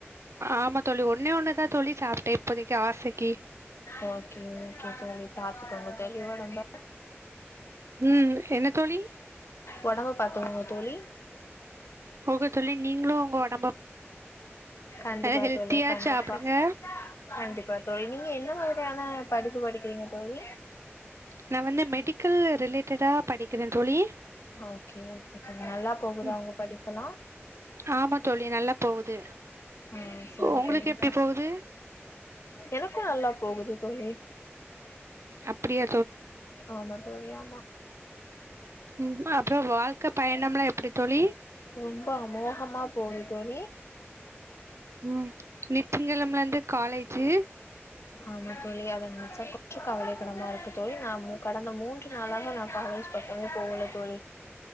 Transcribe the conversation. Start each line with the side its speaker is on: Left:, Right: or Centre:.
Right: ஆமா தோழி ஒன்னே ஒண்ணுதா தோழி சாப்ட்டேன் இப்போதைக்கு ஆசைக்கு
Left: ஓகே ஓகே தோழி. பாத்துக்கோங்க தோழி ஒடம்ப
Right: ம் என்ன தோழி
Left: ஒடம்ப பாத்துக்கோங்க தோழி
Right: ஓகே தோழி நீங்களும் உங்க ஒட்
Left: கண்டிப்பா
Right: ஹெல்த்தியா
Left: தோழி கண்டிப்பா
Right: சாப்டுங்க
Left: கண்டிப்பா தோழி நீங்க என்ன மாதிரியான படுப்பு படிக்கிறீங்க தோழி
Right: நா வந்து மெடிக்கல் ரிலேட்டடா படிக் க்கிறே தோழி
Left: ஓகே ஓகே தோழி நல்லா போகுதா
Right: ம்
Left: உங்க படிப்பெல்லா
Right: ஆமா தோழி நல்லா போகுது
Left: ம் செரி
Right: உங்களுக்கு
Left: தோழி
Right: எப்டி
Left: செ
Right: போகுது
Left: எனக்கும் நல்லா போகுது தோழி
Right: அப்படியா
Left: ஆமா தோழி ஆமா
Right: ம் அப்றோ வாழ்க்க பயணம்லா எப்டி தோழி
Left: ரொம்ப அமோகமா போகுது தோழி
Right: ம் இன்னைக்கு திங்களம்லருந்து காலேஜு
Left: ஆமா தோழி அத நெனைச்சா கொஞ் கவலைக்கிடமா இருக்கு தோழி நா மு கடந்த மூன்று நாளாக நா காலேஜ் பக்கமே போகல தோழி